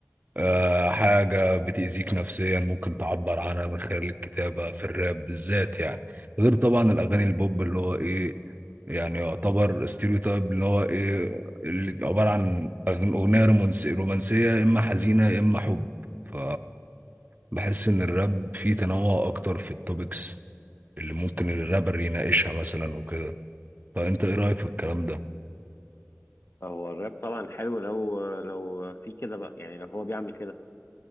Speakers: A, on the right; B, on the left.
A: آه، حاجة بتأذيك نفسيا ممكن تعبر عنها من خلال الكتابة في الراب بالذات يعني غير طبعا الأغاني البوب اللي هو إيه يعني يعتبر ستيريوتايب اللي هو إيه اللي عبارة عن أغن- أغنية رومانسية رومانسية يا إما حزينة يا إما حب ف بحس إن الراب فيه تنوع أكتر في التوبكس اللي ممكن الرابر يناقشها مثلا وكده فأنت إيه رأيك في الكلام ده؟
B: هو الراب طبعا حلو لو لو في كده بقى يعني لو هو بيعمل كده